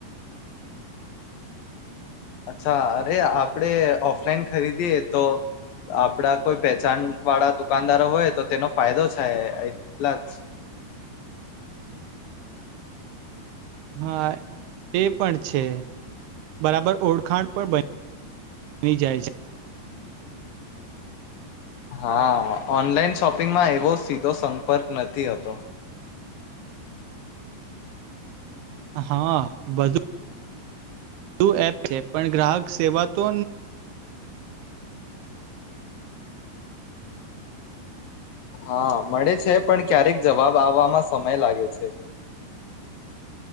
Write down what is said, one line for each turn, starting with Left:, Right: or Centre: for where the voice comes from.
Left: અચ્છા અરે આપડે ઓફલાઈન ખરીદીએ તો આપડા કોઈ પહેચણ વાળા દુકાનદારો હોય તો તેનો ફાયદો થાય એટલા જ
Right: હા એ પણ છે બરાબર ઓળખાણ પણ બ બની જાય છે
Left: હા ઓનલાઈન શોપિંગમાં એવો સીધો સંપર્ક નથી થતો
Right: હા બધું બું એપ છે પણ ગ્રાહક સેવા તો
Left: હા મળે છે પણ ક્યારેક જવાબ આવવામાં સમય લાગે છે